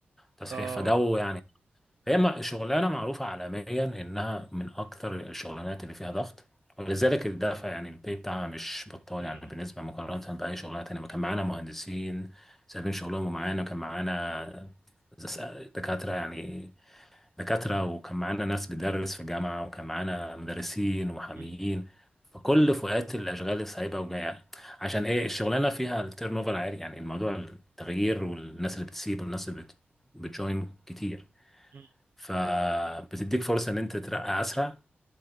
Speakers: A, in the centre; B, on the right (about 60°).
A: وتصحيح
B: اه
A: فجو يعني هي م- شغلانه معروفه عالميا انها من اكتر الشغلانات اللي فيها ضغط ولذلك الدافع يعني البي بتاعها مش بطال
B: مم.
A: يعني بالنسبه مقارنه باي شغلانه تانيه ما كان معانا مهندسين سايبين شغلهم ومعانا كان معانا دكاتره يعني دكاترة وكان معانا ناس بتدرس في جامعة وكان معانا مدرسين ومحاميين
B: مم.
A: فكل فئات الأشغال سايبة وجاية عشان إيه الشغلانة فيها التيرن اوفر عالي يعني الموضوع التغيير والناس اللي بتسيب والناس اللي بت- بتجوين كتير
B: مم.
A: فبتديك فرصة إن أنت تترقى أسرع